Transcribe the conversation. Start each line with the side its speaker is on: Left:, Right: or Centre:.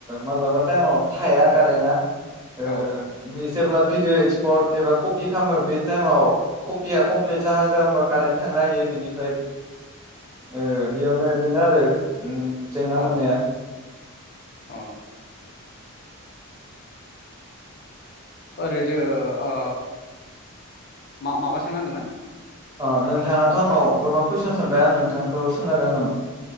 Right: माब्लाबा टाइमाव थाया कारेन्टा। ओ
Left: औ
Right: बे जेब्ला भिडिअ एक्सपार्ट एबा कपि खालामो बे टाइमाव कपिया कमप्लिट जाहां जाहांबा कारेन्ट थांनो हायो बेनिफ्राय ओ बेयावनो बिदिनो आरो उम जेंना
Left: औ
Right: मोननाया
Left: अ ओरैदो ओ मा माबा सोंनो होनदोमोन?
Right: ओ नोंथाङाथ' आंनाव गोबां कुइसनस सोंबाय आं नोंथांखौ सोंनो हागोन नामा?